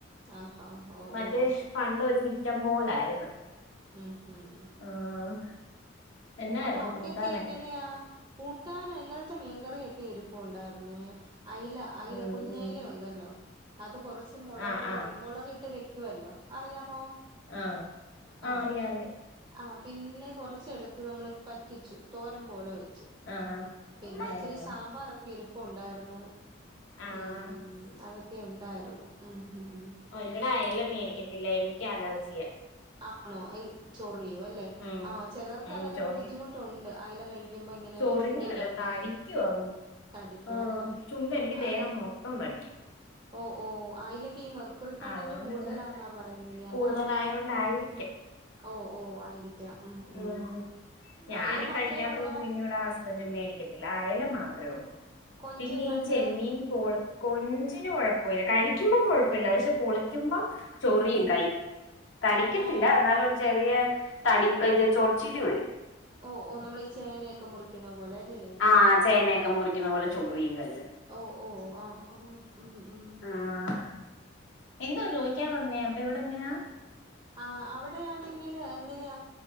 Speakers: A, on the right; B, on the left.
A: ആഹാ ഓ
B: മറ്റേ
A: ഓ
B: പണ്ട് ഒരു മിറ്റം പോലായിരുന്നു
A: ഉം ഉം
B: ആഹ് എന്നായിരുന്നു
A: അപ്പൊ അവിടെക്കെ
B: കൂട്ടാനൊക്കെ
A: എങ്ങനെയാ കൂട്ടാനോ എന്നാ- ഇത്തെ മീൻകറൊക്കെ എരിപ്പ ഉണ്ടായിരുന്നേ അല അല
B: ഉം
A: കുഞ്ഞല
B: ഉം
A: ഉണ്ടല്ലോ അത് കൊറച്ച് മുളകറി
B: ആഹ് ആഹ്
A: മുളക് ഇട്ട് വെക്കുവല്ലോ അറിയാമോ
B: ആ ആ
A: ആഹ്
B: അറിയാം അറിയാം
A: ആഹ് പിന്നെ കൊറച്ചെടുത്ത് നമ്മള് പറ്റിച്ചു തോരം പോലെ വെച്ചു
B: ആഹ്
A: പിന്നെ
B: ആഹ്
A: ഇച്ചിരി സാമ്പാറൊക്കെ ഇരിപ്പയൊണ്ടായിരുന്നു
B: ആഹ്
A: ഉം അതൊക്കെ ഉണ്ടായിരുന്നു ഉം ഉം
B: ഓ എന്റെടെ അയെല്ല മേടിക്കത്തില്ല എനിക്ക് അലർജിയ
A: ആണോ എ ചോറിയോ അല്ലെ
B: ഉം
A: ആ ചിലർക്ക്
B: ഉം
A: അങ്ങനെ
B: ചൊറിയും
A: ഒരു ബുദ്ധിമുട്ടുണ്ട് അല കഴ ഇപ്പ ഇങ്ങനെ
B: ചൊറിഞ്ഞല്ല
A: ചുണ്ടിന്റെ അവിടെ
B: തടിക്കും അങ്ങ്
A: തടിക്കുംല്ലേ
B: ആഹ് ചുണ്ട് എനിക്ക്
A: അത്
B: ദേഹം മൊത്തം തടിക്കും
A: ഓ ഓ അലേക്കെ ഈ മെർക്കുറി കണ്ടന്റ്
B: അതുകൊണ്ട്
A: കൂടുതലാന്നാ
B: ഇവിടെ
A: പറയേ ഇനി
B: കൂടുതലായോണ്ടായിരിക്കാം
A: അതാണോ ഓ ഓ ആയിരിക്ക ക്ക ഹും
B: ഉം
A: ഉ
B: ഞാന്
A: അയില മാത്രമേ
B: കഴിക്കാത്തോണ്ട്
A: ഉള്ളൂ
B: പിന്നെ ഇവിടെ ഹസ്ബൻഡ് <unintelligible> അയല മാത്രേ ഉള്ളൂ
A: കൊഞ്ച്
B: പിന്നെ
A: ഞണ്ട്
B: ഈ ചെമ്മീൻ പോൾ കൊഞ്ചിന കുഴപ്പമില്ല കഴി പിക്കുമ്പം കുഴപ്പമില്ല പക്ഷെ പൊളിക്കുമ്പോം ചോറിയും കൈ തടിക്കത്തില്ല
A: ആഹാ
B: എന്നാലും ഒരു ചെറിയ തടി ഇത് ചൊറച്ചില് വരും
A: ഓ ഓ നമ്മൾ ഈ ചേനയൊക്കെ മുറിക്കുന്ന പോലെ അല്ലേ
B: ആഹ് ചേനയൊക്കെ മുറിക്കണ പോലെ ചൊറിയും കൈയ്യ്
A: ഓ ഓ ഓ ആ ആ ഉ ഉ
B: ആഹ് എന്തോ ചോദിക്കാൻ വന്നേ അപ്പൊ ഇവിടെ എങ്ങനെയാ
A: ആ അവിടെയാണെങ്കിൽ എങ്ങനെയ